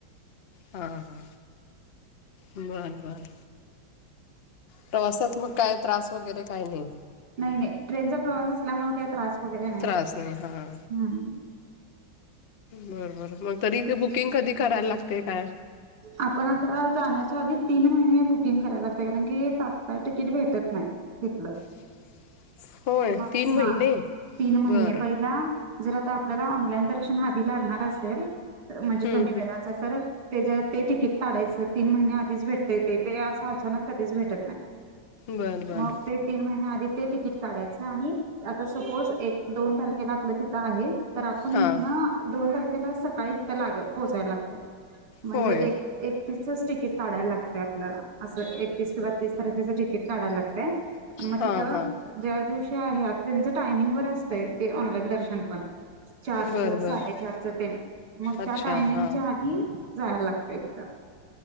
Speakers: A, on the left; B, on the right.
A: हा हा बर बर. प्रवासात मग काय त्रास वगैरे काय नाही.
B: नाही नाही ट्रेनचा प्रवास असल्यामुळे काही त्रास वगैरे नाही,
A: त्रास हा
B: ह.
A: बरबर मग तरी बुकिंग कधी करायला लागते काय.
B: आपण आता जाण्याच्या आधी तीन महिने बुकिंग करायला लागते, कारण की तात्काळ तिकीट भेटत नाही. <unintelligible>
A: <unintelligible> होय
B: हा
A: तीन महिने
B: तीन महिने
A: बरं
B: पहिला जर आता आपल्याला ऑनलाईन दर्शन आधी लागणार असेल, म्हणजे
A: हम्म
B: कमी
A: हम्म
B: वेळाच तर त्याच्यात ते तिकीट काढायचं तीन महिने आधीच भेटत ते असं अचानक कधीच भेटत नाही.
A: बरं बरं
B: मग ते तीन महिन्या आधी ते तिकीट काढायचं आणि आता सपोज एक दोन तारखेला आपलं तिथं आहे. तर आपण
A: हां
B: इथन दोन तारखेला सकाळी तिथं लाग पोहोचायला लागते. म्हणजे
A: होय
B: एक एकतीसच तिकीट काढायला लागते आपल्याला. असं एकतीस किंवा तीस तारखेचं तिकीट काढायला लागत. आणि मग
A: हां
B: तिथं
A: हां
B: ज्या दिवशी आहे, आता त्यांच टायमिंग वर असतंय ते ऑनलाईन दर्शन पण. चारचं
A: बरं बरं
B: साडेचारचं तेन मग त्या
A: अच्छा
B: टायमिंगच्या
A: हां
B: आधी जायला लागतय तिथं